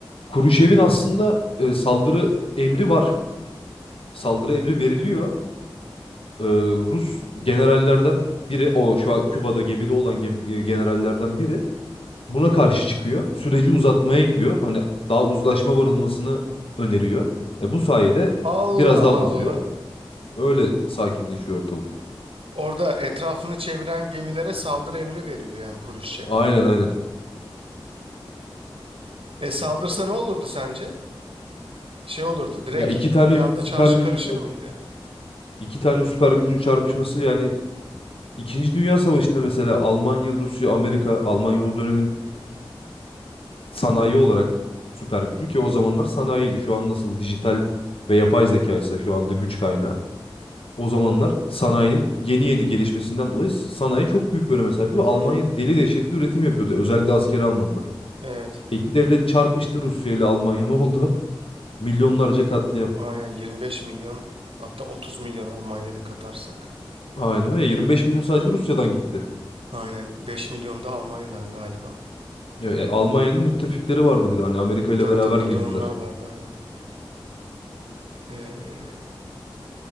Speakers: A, on the left; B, on the right.
A: Kuruşev'in aslında e, saldırı emri var. Saldırı emri veriliyor. E, Rus generallerden biri o şu an Küba'da gemide olan gem- e, generallerden biri buna karşı çıkıyor. Süreci uzatmaya gidiyor. Hani daha uzlaşma varılmasını öneriyor. E, bu sayede
B: Allah
A: biraz daha uzuyor.
B: Allah.
A: Öyle sakinleşiyor ortalık.
B: Orada etrafını çeviren gemilere saldırı emri veriyor yani Kuruşçev.
A: Aynen aynen.
B: E saldırsa ne olurdu sence? Şey olurdu direkt
A: Ya iki tane
B: bir anda
A: süper
B: çarşı
A: gücün
B: karışır
A: çar-
B: mıydı?
A: iki tane süper gücün çarpışması yani İkinci Dünya Savaşı'nda mesela Almanya, Rusya, Amerika, Almanya o dönemin sanayi olarak süper gücü ki o zamanlar sanayiydi. Şu an nasıl dijital ve yapay zeka ise şu anda güç kaynağı. O zamanlar sanayinin yeni yeni gelişmesinden dolayı sanayi çok büyük bir öneme sahipti ve Almanya
B: Hı hı.
A: deli dehşet bir üretim yapıyordu özellikle askeri anlamda.
B: Evet.
A: İki devlet çarpıştı Rusya ile Almanya ne oldu? Milyonlarca katliam.
B: Aynen 25 milyon hatta 30 milyon Almanya'da katarsak.
A: Aynen öyle 25 milyon sadece Rusya'dan gitti.
B: Aynen 5 milyon da Almanya'dan galiba.
A: Ya, e, Almanya'nın müttefikleri vardı bir de hani Amerika ile
B: Tabii
A: beraber
B: tabii bir
A: girdiler.
B: de onlar vardı aynen. Ee,